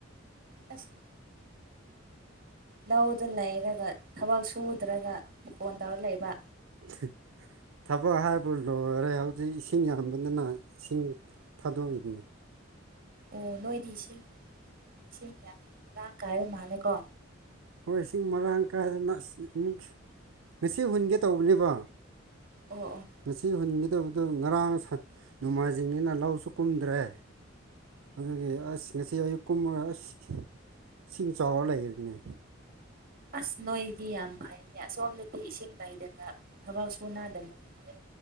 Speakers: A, on the right; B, on the right.
A: ꯑꯁ ꯂꯧꯗ ꯂꯩꯔꯒ ꯊꯕꯛ ꯁꯨꯗ꯭ꯔꯒ ꯐꯣꯟ ꯇꯧꯔ ꯂꯩꯕ
B: <unintelligible> ꯊꯕꯛ ꯍꯥꯏꯕꯨ ꯂꯣꯏꯔꯦ ꯍꯧꯖꯤꯛ ꯏꯁꯤꯡ ꯌꯥꯝꯕꯅꯤꯅ ꯏꯁꯤꯡ ꯊꯥꯗꯣꯛꯏꯅꯦ
A: ꯑꯣ ꯅꯣꯏꯗꯤ ꯏꯁꯤꯡ ꯏꯁꯤꯡ ꯌꯥꯝꯅ ꯃꯔꯥꯡ ꯀꯥꯏꯕ ꯃꯥꯜꯂꯦꯀꯣ
B: ꯍꯣꯏ ꯏꯁꯤꯡ ꯃꯔꯥꯡ ꯀꯥꯏꯗꯅ ꯑꯁ ꯑꯃꯨꯛ ꯉꯁꯤ ꯍꯨꯟꯒꯦ ꯇꯧꯕꯅꯦꯕ
A: ꯑꯣ ꯑꯣ
B: ꯉꯁꯤ ꯍꯨꯟꯈꯤꯗꯧꯕꯗꯣ ꯉꯔꯥꯡ ꯅꯣꯡꯃꯥꯏꯖꯤꯡꯅꯤꯅ ꯂꯧꯁꯨ ꯀꯨꯝꯗ꯭ꯔꯦ ꯑꯗꯨꯒꯤ ꯑꯁ ꯉꯁꯤ ꯑꯌꯨꯛ ꯀꯨꯝꯃꯒ ꯑꯁ ꯏꯁꯤꯡ ꯆꯥꯎꯔ ꯂꯩꯈꯤꯒꯤꯅꯦ
A: ꯑꯁ ꯅꯣꯏꯗꯤ ꯌꯥꯝ ꯐꯩꯅꯦ ꯑꯁꯣꯝꯗꯗꯤ ꯏꯁꯤꯡ ꯂꯩꯗꯅ ꯊꯕꯛ ꯁꯨꯅꯗꯅ ꯂꯩꯔꯦ